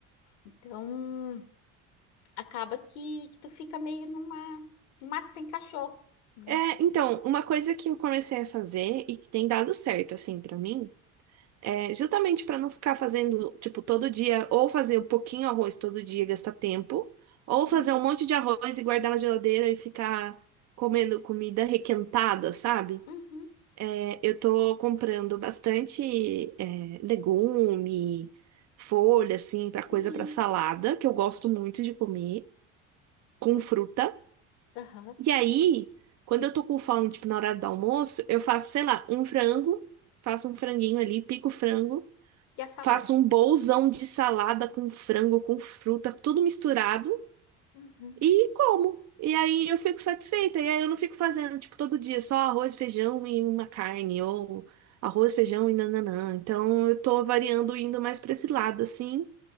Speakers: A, on the left; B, on the right.
A: Então acaba que, que tu fica meio numa, num mato sem cachorro, né?
B: É, então, uma coisa que eu comecei a fazer e que tem dado certo, assim, pra mim. É, justamente para não ficar fazendo, tipo, todo dia, ou fazer um pouquinho arroz todo dia e gastar tempo, ou fazer
A: Uhum,
B: um monte de arroz e guardar na geladeira e ficar comendo comida requentada, sabe?
A: uhum,
B: É, eu tô comprando bastante, é, legume, folha, assim, pra
A: sim.
B: coisa pra salada, que eu gosto muito de comer, com fruta.
A: Aham.
B: E aí, quando eu tô com fome, tipo, na hora do almoço, eu faço, sei lá, um frango, faço um franguinho ali, pico o frango.
A: E a salada.
B: Faço um bolzão de salada com frango, com fruta, tudo misturado
A: Uhum.
B: e como. E aí eu fico satisfeita. E aí eu não fico fazendo, tipo, todo dia só arroz, feijão e uma carne, ou arroz, feijão e nananã. Então eu tô variando, indo mais pra esse lado, assim.